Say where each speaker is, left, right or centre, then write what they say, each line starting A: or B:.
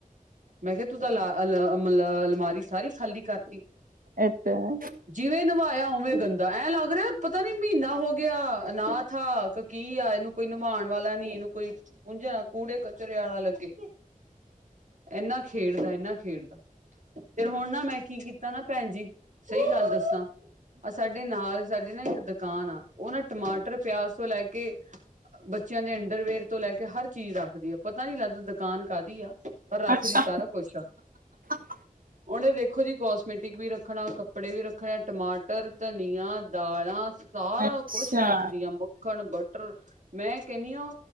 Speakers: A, on the right (about 60°); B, on the right (about 75°).
A: ਮੈਂ ਕਿਆ, ਤੂ ਤਾ ਲਾ, ਅਲ, ਅਮਲਾ, ਅਲਮਾਰੀ ਸਾਰੀ ਖਾਲੀ ਕਰਤੀ।
B: ਏ ਤੇ ਹੈ।
A: ਜਿਵੇਂ ਨਵਾਏਆ, ੳੰਵੇ ਗੰਦਾ। ਐਂ ਲੱਗ ਰੇਆ, ਪਤਾ ਨੀ ਮੀਨਾ ਹੋ ਗਿਆ, ਅਨਾਥ ਆ ਕੀ ਆ? ਏਨੂੰ ਕੋਈ ਨੁਵਾਨ ਵਾਲਾ ਨੀ। ਏਨੂੰ ਕੋਈ ਪੂੰਝਾ, ਕੂੜੇ ਕਚਰੇ ਵਾਲਾ ਲੱਗੇ। ਏਨਾ ਖੇਡਦਾ, ਏਨਾ ਖੇਡਦਾ। ਫੇਰ ਹੁਨ ਨਾ, ਮੈਂ ਕੀ ਕੀਤਾ ਨਾ ਭੈਨ ਜੀ, ਸਹੀ ਗੱਲ ਦੱਸਾਂ। ਅਹ ਸਾਡੇ ਨਾਲ, ਸਾਡੇ ਨਾ ਇੱਕ ਦੁਕਾਨ ਆ ੳ ਨਾ ਟਮਾਟਰ ਪਿਆਜ ਤੋ ਲੈ ਕੇ, ਬੱਚੇਆਂ ਦੇ ਅੰਡਰਵਿਅਰ ਤੋ ਲੈ ਕੇ ਹਰ ਚੀਜ ਰੱਖਦੀ ਆ। ਪਤਾ ਨੀ ਲੱਗਦਾ ਦੁਕਾਨ ਕਾਦੀ ਆ? ਪਰ ਰੱਖਦੀ
B: ਅੱਛਾ
A: ਸਾਰਾ ਕੁਛ ਆ।
B: <inaudible>
A: ੳਨੇ ਦੇਖੋ ਜੀ ਕੋਸਮੈਟਿਕ ਵੀ ਰੱਖਨਾ, ਕੱਪੜੇ ਵੀ ਰੱਖਨੇ ਆ, ਟਮਾਟਰ, ਧਨੀਆ, ਦਾਲਾਂ ਸਾਰਾ
B: ਅੱਛਾ
A: ਕੋਛ ਰੱਖਦੀ ਆ। ਮੱਖਨ, ਬਟਰ, ਮੈਂ ਕੈਨੀ ਆ